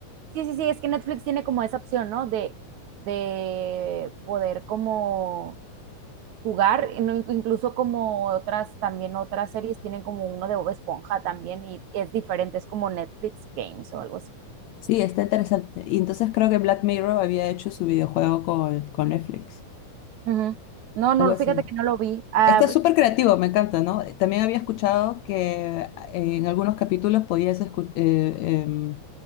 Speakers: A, on the right (about 65°); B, on the left (about 80°).
A: Sí, sí, sí, es que Netflix tiene como esa opción, ¿no? De, de poder como jugar, y no- incluso como otras, también otras series tienen como uno de Bob Esponja también y es diferente, es como Netflix Games o algo así.
B: Sí, está interesante. Y entonces creo que Black Mirror había hecho su videojuego con, con Netflix.
A: Ujú. No, no,
B: Algo así.
A: fíjate que no lo vi. Ah,
B: Está súper creativo, me encanta, ¿no? También había escuchado que en algunos capítulos podías, escu- eh, em,